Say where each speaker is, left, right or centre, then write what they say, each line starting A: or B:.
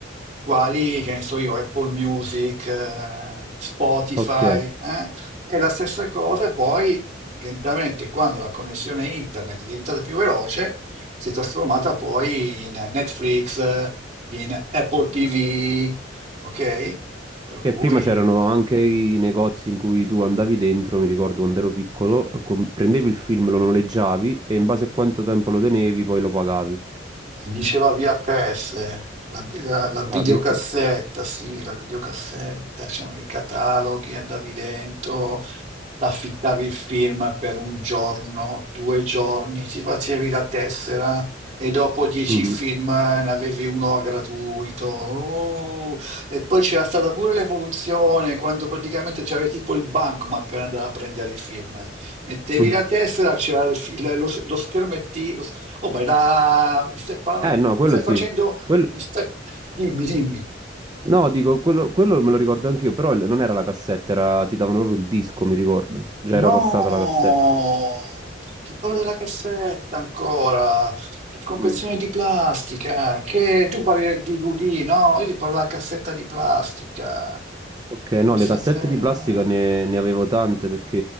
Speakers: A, on the right; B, on the right.
A: quali, che ne so io, Apple Music, eh, Spotify,
B: Ok.
A: eh? E la stessa cosa poi lentamente quando la connessione internet è diventata più veloce, si è trasformata poi in Netflix, eh, in Apple TV, ok? Per
B: Che
A: cui...
B: prima c'erano anche i negozi in cui tu andavi dentro, mi ricordo quando ero piccolo, com- prendevi il film, lo noleggiavi e in base a quanto tempo lo tenevi poi lo pagavi.
A: Si diceva VHS, la, la- la videocassetta,
B: Ah, perché?
A: sì, la videocassetta, c'erano i cataloghi, andavi dentro, affittavi il film per un giorno, due giorni, ti facevi la tessera e dopo dieci
B: Mhm.
A: film ne avevi uno gratuito. Oh, e poi c'era stata pure l'evoluzione, quando praticamente c'era tipo il bancomat per andare a prendere i film. Mettevi
B: <laughs>
A: la tessera, c'era il fi- lo, lo schermetto Oh, ma era... mi stai parlando,
B: Eh
A: di-
B: no,
A: mi
B: quello
A: stai
B: sì.
A: facendo,
B: Quello-
A: mi stai... Dimmi, dimmi.
B: No, dico, quello, quello me lo ricordo anch'io, però il- non era la cassetta, era- ti davano proprio il disco, mi ricordo. Già
A: No,
B: era passata la cassetta.
A: ti parlo della cassetta ancora, la confezione
B: Mm.
A: di plastica, che tu parli del DVD, no? Io ti parlo della cassetta di plastica.
B: Ok, no,
A: Pensate,
B: le cassette di plastica ne, ne avevo tante perché